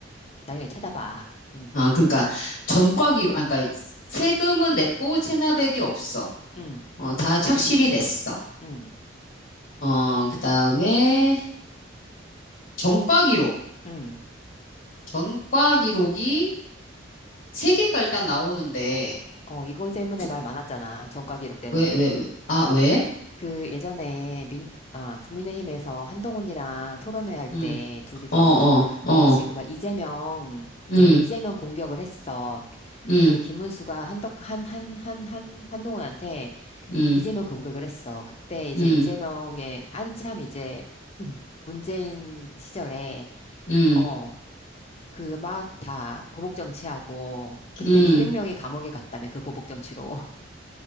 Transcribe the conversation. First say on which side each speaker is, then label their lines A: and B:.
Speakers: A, on the left; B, on the left.
A: 나중에 찾아봐. 음,
B: 아, 그러니까, 전과기로, 아, 그러니까, 세금은 냈고, 체납액이 없어.
A: 음,
B: 어, 다 착실히 냈어.
A: 음,
B: 어, 그 다음에, 전과기록.
A: 음.
B: 전과기록이 세 개가 일단 나오는데,
A: 어, 이거 때문에
B: 구-
A: 말 많았잖아. 전과 기록 때문에.
B: 왜, 왜, 왜, 아, 왜?
A: 그 예전에 민, 아, 국민의힘에서 한동훈이랑 토론회 할 때
B: 음,
A: 둘이서
B: 어, 어,
A: 어
B: 어,
A: 지금 막 이재명 이제
B: 음,
A: 이재명 공격을 했어.
B: 음,
A: 그 김문수가 한덕 한 한 한 한 한동훈한테
B: 음,
A: 이재명 공격을 했어. 그때 이제
B: 음,
A: 이재명의 한참 이제 <clears throat> 문재인 시절에
B: 음,
A: 어 그 막 다 보복 정치하고 그때
B: 음.
A: 200명이 감옥에 갔다며 그 보복 정치로.